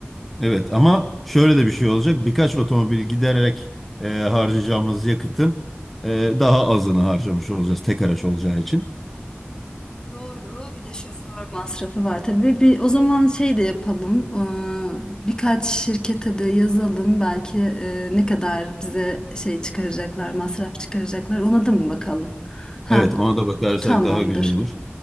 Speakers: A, in the centre; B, on the left.
A: Evet ama şöyle de bir şey olacak. Birkaç otomobil gidererek e, harcayacağımız yakıtın e, daha azını harcamış olacağız tek araç olacağı için.
B: Doğru. Bir de şoför masrafı var tabii. Bir, o zaman şey de yapalım. Ee, birkaç şirkete de yazalım. Belki e, ne kadar bize şey çıkaracaklar, masraf çıkaracaklar. Ona da mı bakalım? Ha,
A: Evet ona da bakarsak
B: tamamdır.
A: daha güzel olur.